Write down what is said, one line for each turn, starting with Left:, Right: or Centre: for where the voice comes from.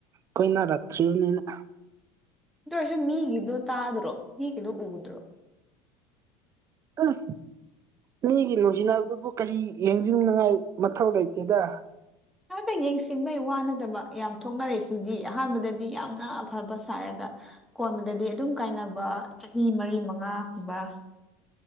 Right: ꯀꯣꯏꯅꯔꯛꯇ꯭ꯔꯤꯕꯅꯤꯅ
Centre: ꯑꯗꯨꯑꯣꯏꯔꯁꯨ ꯃꯤꯒꯤꯗꯣ ꯇꯥꯗ꯭ꯔꯣ ꯃꯤꯒꯤꯗꯣ ꯎꯗ꯭ꯔꯣ
Right: ꯎꯝ ꯃꯤꯒꯤ ꯅꯨꯡꯁꯤꯅꯕꯗꯨꯕꯨ ꯀꯔꯤ ꯌꯦꯡꯖꯤꯟꯅꯤꯉꯥꯏ ꯃꯊꯧ ꯂꯩꯇꯦꯗ
Centre: ꯈꯛꯇ ꯌꯦꯡꯁꯤꯟꯕꯩ ꯋꯥꯅꯗꯕ ꯌꯥꯝ ꯊꯣꯛꯅꯔꯦ ꯁꯤꯗꯤ ꯑꯍꯥꯟꯕꯗꯗꯤ ꯌꯥꯝꯅ ꯑꯐꯕ ꯁꯥꯔꯒ ꯑꯀꯣꯟꯕꯗꯗꯤ ꯑꯗꯨꯝ ꯀꯥꯏꯅꯕ ꯆꯍꯤ ꯃꯔꯤ ꯃꯉꯥꯒꯨꯝꯕ